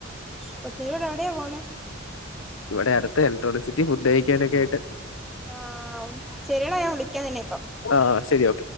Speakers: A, in the centre; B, on the left (about 90°).
A: കൊചിനെക്കൊണ്ട് എവിടെ പോകുന്നേ
B: ഇവിടെ അടുത്ത് ഇലക്ട്രോണിസിറ്റി ഫുഡ് കഴിക്കാനൊക്കെ ആയിട്ട്-
A: ആ ശെരിയെടാ ഞാൻ വിളിക്കാ നിന്നെ ഇപ്പൊ
B: ആ ശരി ഓക്കെ